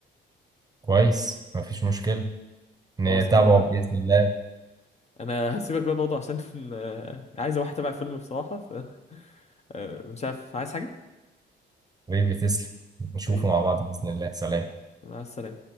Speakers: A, on the right; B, on the left.
A: كويس مفيش مشكلة نتابعه
B: هو صح حلو قوي
A: بإذن الله
B: انا <laughs> هسيبك بقى برضه عشان <laughs> عايز اروح اتابع فيلم بصراحه ف <laughs> مش عارف عايز حاجه
A: حبيبي تسلم نشوفه
B: حبيبي
A: مع بعض بإذن الله سلام
B: مع السلامه